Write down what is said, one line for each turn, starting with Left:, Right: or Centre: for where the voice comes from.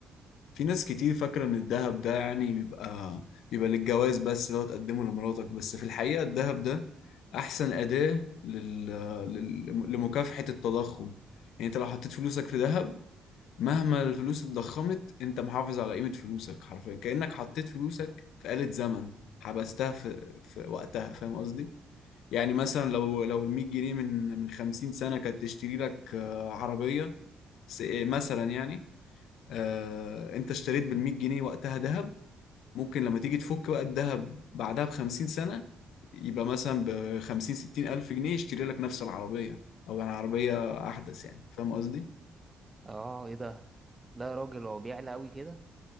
Left: في ناس كتير فاكرة إن الذهب ده يعني بيبقى بيبقى للجواز بس لو تقدمه لمراتك بس في الحقيقة الذهب ده أحسن أداة لل... لل... لمكافحة التضخم يعني أنت لو حطيت فلوسك في ذهب مهما الفلوس اتضخمت انت محافظ على قيمة فلوسك حرفيا كأنك حطيت فلوسك في آلة زمن حبستها في, في وقتها فاهم قصدي؟ يعني مثلا لو لو ال 100 جنيه من من 50 سنة كانت تشتري لك آه، عربية س- آه، مثلا يعني آه، انت اشتريت بال 100 جنيه وقتها ذهب ممكن لما تيجي تفك بقى الذهب بعدها ب 50 سنة يبقى مثلا ب 50 60 ألف جنيه يشتري لك نفس العربية أو يعني عربية أحدث يعني فاهم قصدي؟
Right: اه ايه ده لا يا راجل هو بيعلى قوي كده